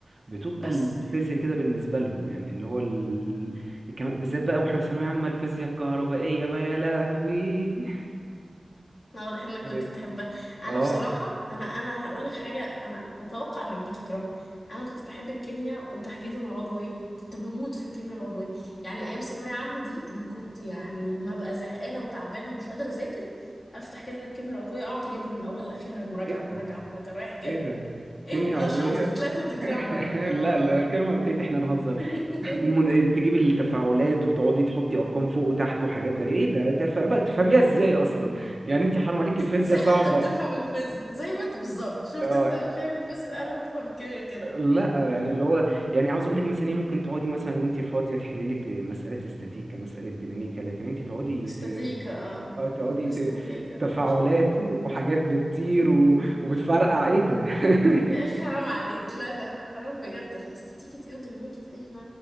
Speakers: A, on the right; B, on the left.
A: بتبقى
B: بس
A: الفيزياء كده بالنسبة لهم يعني اللي هو ال... كمان- بالذات بقى واحنا في ثانوية عامة الفيزياء الكهربائية بقى يا لهوي
B: لا، واضح انك
A: كانت-
B: كنت بتحبها انا
A: اه
B: بصراحه انا انا هقول لك حاجه انا اتوقع انك بتكرهها انا كنت بحب الكيمياء وتحديدا العضويه كنت بموت في الكيمياء العضويه يعني ايام ثانويه عامه دي انا كنت يعني لما ابقى زهقانه وتعبانه ومش قادره اذاكر افتح كده الكيمياء العضويه اقعد اجيبها من اولها لاخرها مراجعه
A: ايه
B: مراجعه
A: ده
B: مراجعه رايح جاي
A: ايه ده
B: ايه
A: كيمياء
B: اه
A: عضوية
B: شفت طلعت بتكرهها
A: <laughs>
B: آه.
A: لا لا كيمياء عضوية احنا نهزر
B: <laughs>
A: من- تجيبي التفاعلات وتقعدي تحطي ارقام فوق وتحت وحاجات غريبه ايه ده تف... بقى تفهميها ازاي اصلا يعني انت حرام عليك الفيزياء
B: زي
A: صعبه
B: ما انت بتفهم الفيزياء زي ما انت بالظبط شفت
A: آه
B: انت فاهم الفيزياء انا بفهم الكيمياء كده
A: لا يعني اللي هو يعني عاوز اقول لك مثلا ايه ممكن تقعدي مثلا وانت فاضيه تحلي لك مساله استاتيكا مساله ديناميكا لكن انت تقعدي
B: استاتيكا
A: ت...
B: اه
A: آه، تقعدي
B: استاتيكا
A: ت... تفاعلات وحاجات بتطير و... وبتفرقع ايه ده <laughs>
B: يا اخي حرام عليك لا لا لا حرام بجد لا استاتيكا ايه وديناميكا ايه انا